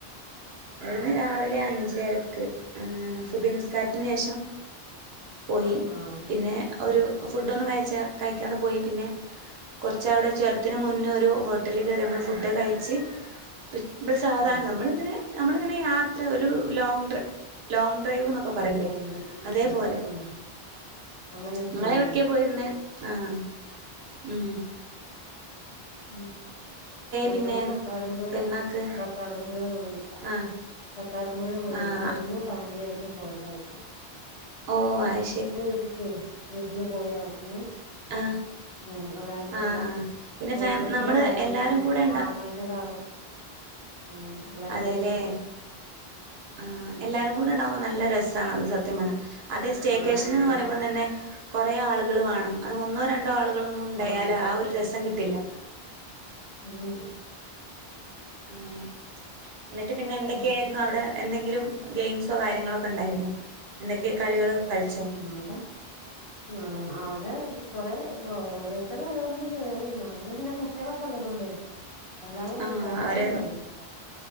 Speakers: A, on the right (about 75°); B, on the left (about 80°).
A: ഇവിട്ന്ന് രാവിലെ അഞ്ചരക്ക് ഏഹ് സുബഹ് നിസ്കാരത്തിന് ശേഷം പോയി
B: ആഹ് ആഹ്
A: പിന്നെ
B: ശരി
A: ഒരു
B: ഉം
A: ഫുഡൊന്നും കഴിച്ചാ കഴിക്കാതെ പോയി. പിന്നെ കുറച്ച് അവടെ ചൊര ത്തിന് മുന്നേ ഒരു ഹോട്ടല് കേറി നമ്മള് ഫുഡ് കഴിച്ച് <unintelligible>
B: ആഹ്
A: നമ്മള്ങ്ങനെ നമ്മളിങ്ങനെ യാത്ര ഒരു ലോങ് ട്രി ലോങ് ഡ്രൈവ്ന്നൊക്കെ പറയില്ലേ
B: ഉം ഉം
A: അതേപോലെ
B: ഉം അങ്ങനൊരു
A: ഇങ്ങളെവ്ട്ക്കേ
B: ഫീലിംഗ്ല്ലേ
A: പോയിര്ന്ന് ആഹ് മ്
B: മ് ഞങ്ങള്
A: പിന്നെ
B: കടക്കാടുംപുഴ
A: പെരുന്നാക്ക്
B: കാക്കാടുംപുഴ പോയി
A: ആഹ്
B: തൊടുമ്പോഴ പോയി
A: ആഹ്
B: അവിടുന്ന് ഫാമിലി അയ് ഇന്ന് പോയതായിരുന്നു
A: ഓഹ് ആയി
B: എൻ്റെ വീട്ടക്ക് വിരുന്ന് പോയാ അവിടുന്ന്
A: ആഹ്
B: മ്മ് എല്ലാരും കൂടെ
A: ആഹ് ആഹ് പിന്നെ
B: ജ്യേഷ്ഠത്തിന്റെ
A: ഫാ നമ്മള്
B: കാറും
A: എല്ലാരും
B: പിന്നെ
A: കൂടെ ഇണ്ട
B: ആങ്ങളെന്റെ കാറും ഉം എല്ലാരും
A: അതെല്ലേ
B: കൂടി പോയി
A: ആഹ്
B: ഉം
A: എല്ലാരും കൂടെ ഉണ്ടാകുമ്പോ നല്ല രസാണത് സത്യം പറഞ്ഞാൽ അതെ സ്റ്റേക്കേഷൻ
B: ആഹ് നല്ല
A: എന്ന്
B: രസാ
A: പറയുമ്പോൾ തന്നെ കുറേ ആൾ- വേണം അത് ഒന്നോ രണ്ടോ ആളുകളൊന്നും ഉണ്ടായാൽ
B: ആഹ്
A: ആ ഒരു രസം കിട്ടില്ല
B: മ്മ്
A: അങ്ങനെ എന്നിട്ട് പിന്നെ എന്തൊക്കെയായിരുന്നു
B: ഉം
A: അവിടെ എന്തെങ്കിലും ഗെയിംസോ കാര്യങ്ങളോക്കെ ഉണ്ടായിരുന്നു എന്തൊക്കെ? കളികളൊക്കെ കളിച്ചോ
B: ഉം അവിടെ ആഹ് അവിടെ കൊറെ ഓരോരുത്തര് ഓരോന്നിൽ കേറി ഞങ്ങൾ പിന്നെ കുട്ടികളൊക്കെ ഉള്ളതുകൊണ്ടേ അല്ലാതെ ഒന്നിലും
A: ആഹ്
B: കേറാനൊന്നും
A: അവരെ
B: കഴില്ല